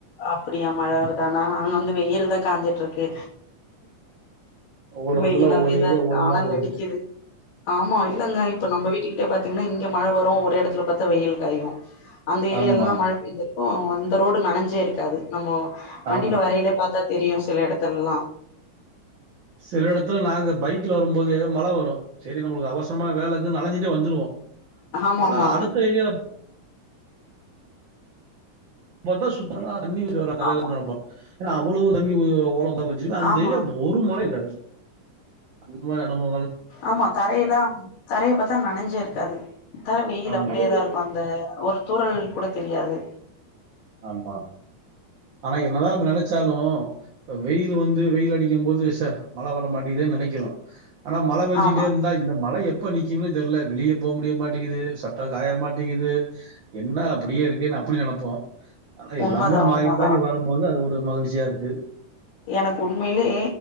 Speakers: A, on the left; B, on the right.
A: அப்டியா மழ வருதானா அங்க வந்து வெயில் தா காஞ்சிட்டு இருக்கு
B: ஒவ்வொரு
A: வெயிலாவேதா
B: இடத்துல ஒவ்வொரு ஏரியா
A: இருக்கு
B: ஒரு
A: ஆனல்
B: மாதிரி இருக்கு
A: அடிக்குது ஆமா இல்லங்க இப்ப நம்ம வீட்டுக்கிட்ட பாத்தீங்னா இங்க மழ வரு ஒரு இடத்துல பத்தா வெயில் காயு அந்த ஏரியாலல்லா
B: ஆமா
A: மழ பெய்சிருக் இந்த ரோடு நனஞ்சே இருக்காது நம்போ வண்டியில
B: ஆமா
A: வரயில பாத்தா தெரியு சில இடத்துல்லா
B: சில இடத்துல நாங்க பைக்ல வரும்போது மழ வரு செரி நம்மளுக் அவசரமா வேலகுது நனஞ்சிட்டே வந்துருவோ
A: ஆமா
B: ஆனா
A: ஆமா
B: அடுத்த ஏரியால பாத்த சுத்தமா <inaudible>
A: ஆமா
B: நெனப்போ ஏன அவளோ தண்ணி உ <unintelligible> வெச்சின்னா அந்த
A: ஆமா
B: ஏரியா ஒரு மழை இருக்காது அந்த மார் இடமு
A: ஆமா தரைல்லா தரைய பத்தா நனஞ்சே இருக்காது பத்தா வெயில்
B: ஆமா
A: அப்டியேதா இருக்கு அந்த ஒரு தூறல் கூட தெரியாது
B: ஆமா ஆனா என்னதா நம்ம நெனச்சாலு வெயில் வந்து வெயில் அடிக்கும் போது ச மழ வர மாட்டிகிதேன் நெனைக்கிறோ ஆனா மழ பெஞ்சுட்டே
A: ஆமா
B: இருந்தா இந்த மழை எப் எப்ப நிக்கிம்னே தெர்ல வெளிய போக முடிய மாட்டிகிகுது சட்ட காய மாட்டிகிகுது என்ன அப்டியே இருக்கேன்னு அப்டி நெனப்போ ஆனா எல்லாமே
A: உண்மதா
B: மாறி
A: உண்மதா
B: மாறி வரும்போது அது ஒரு மகிழ்ச்சியா இருக்கு
A: எனக்கு உண்மையிலே